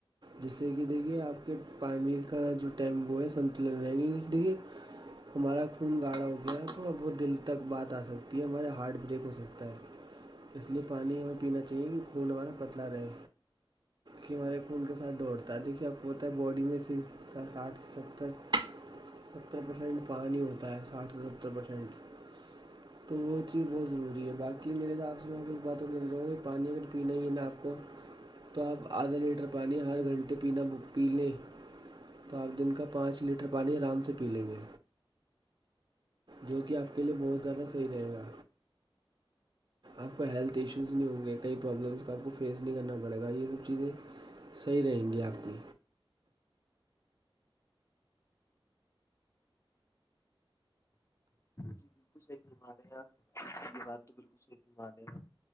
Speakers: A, on the right; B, on the left.
A: جس سے کہ دیکھیے آپ کے پانی کا جو ٹائم وہ ہے سنتلن رہے گا دیکھیے ہمارا خون گاڑھا ہو گیا ہے تھوڑا بہت دل تک بات آ سکتی ہے ہمارے ہارٹ بریک ہو سکتا ہے اس لیے پانی ہمیں پینا چاہیے کہ خون ہمارا پتلا رہے کہ مارے خون کے ساتھ دوڑتا ہے لیکن اب ہوتا ہے باڈی میں سے کارٹس ستر ستر پرسینٹ پانی ہی ہوتا ہے ساٹھ سے ستر پرسینٹ <unintelligible> تو وہ چیز بہت ضروری ہے باقی میرے حساب سے میں کچھ بات اور کرنا چاہوں گا کہ پانی اگر پینا ہی ہے نا آپ کو تو آپ آدھا لیٹر پانی ہر گھنٹے پینا پی لیں تو آپ دن کا پانچ لیٹر پانی آرام سے پی لیں گے جو کہ آپ کے لئے بہت زیادہ صحیح رہے گا آپ کا ہیلتھ ایشوز نہیں ہوں گے کئی پرابلمس کا آپ کو فیس نہیں کرنا پڑے گا یہ سب چیزیں صحیح رہیں گی آپ کی
B: جی بالکل صحیح فرما رہے ہیں آپ یہ بات تو بالکل صحیح فرما رہے ہیں آپ